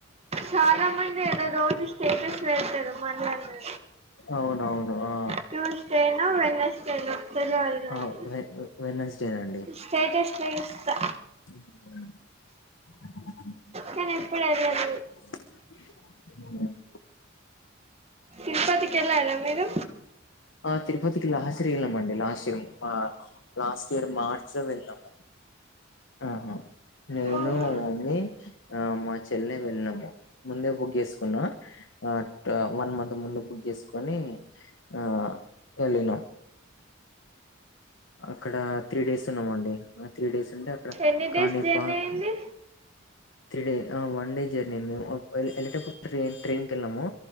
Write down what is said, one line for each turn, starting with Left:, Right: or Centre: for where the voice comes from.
Right: చాలా మంది ఏదో రోజు స్టేటస్ పెడ్తరు మనలని
Left: అవునవును ఆ
Right: ట్యూస్డే న వెన్స్డే న తెల్వదు నాక్
Left: ఆ వె వెనస్డేనండి
Right: స్టేటెస్ వేస్తా
Left: మ్మ్
Right: కానీ ఎప్పుడు ఎల్లేద్
Left: అహ్
Right: తిరుపతికి ఎల్లారా మీరు
Left: ఆ తిరుపతికి లాస్ట్ ఇయర్ వెళ్ళామండి last year last year March లో వెళ్నాము ఆహా నేను
Right: ఓహో
Left: మా మమ్మీ ఆ మా చెల్లై వెళ్నాము ముందే బుక్ చేసుకున్న ఆ వన్ మంత్ ముందు బుక్ చేసుకొని ఆ ఎ ల్లినం అక్కడ త్రీ డేస్ ఉన్నామ్ అండి ఆ త్రీ డేస్ ఉంటే అక్కడ
Right: ఎన్ని డేస్
Left: కానీపాక్.
Right: జర్నీ అయింది
Left: three day one day journey అ మేము వెళ్ళేటప్పుడు ట్రైన్ ట్రైన్కి వెళ్ళాము.